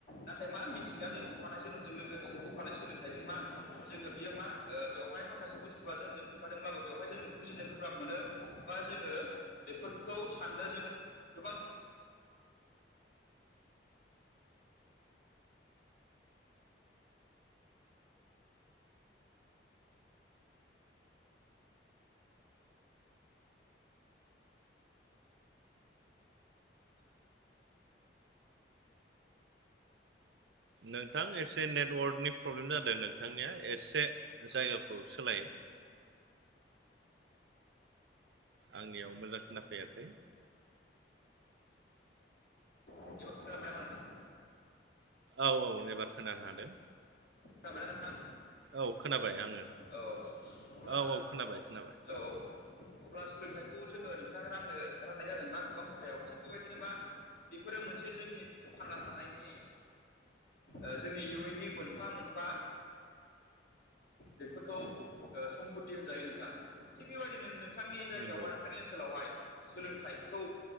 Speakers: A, on the left (about 50°); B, on the right (about 70°).
A: नाथाय मा मिथिंगाजों
B: नंगौ
A: फैफा नाय जोनोमजों लोगोसे फैफानाय सोलोंथाइजों मा जोङो बियो मा ओ बेवहाय माखासे बुस्थुआ जोंजों फैफादोंब्लाबो बेवहाय जोंनो बुजिनो गोब्राब मोनो बा जोङो बेफोरखौ साननो जोङो गोबां
B: नोंथां एसे नेटवर्कनि प्रब्लेम जादों नोंथांनिया एसे जायगाखौ सोलाय। आंनियाव मोजां खोनाफैयाखै।
A: एबार खोनाबाय नामा नोंथां?
B: औ औ एबार खोनानो हादों।
A: जाबायना नोंथां
B: औ खोनाबाय आङो
A: औ अब्ला
B: औ औ खोनाबाय खोनाबाय
A: औ औ। अब्ला सोलोंथाइखौ जोङो नोंथां राननो राननाय जादों मा गोबां खथायाव थिग बेबायदिनो मा बेफोरो मोनसे जोंनि थांना थानायनि ओ जोंनि इयुननि मोनफा मोनफा बेफोरखौ ओ सम्पति होनजायो नोंथां थिग बेबायदिनो नोंथांनि जायगायाव
B: नंगौ
A: बा नोंथांनि ओनसोलावहाय सोलोंथाइखौ